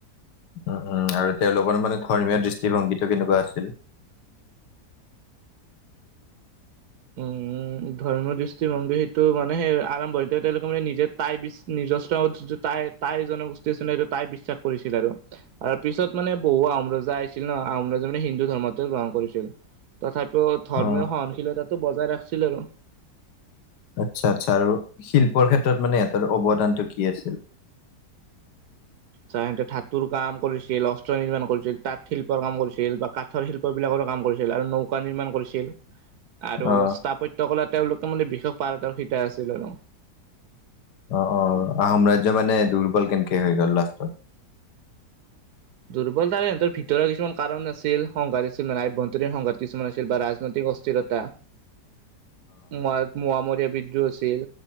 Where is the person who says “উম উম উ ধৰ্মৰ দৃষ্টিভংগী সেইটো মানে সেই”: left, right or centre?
Right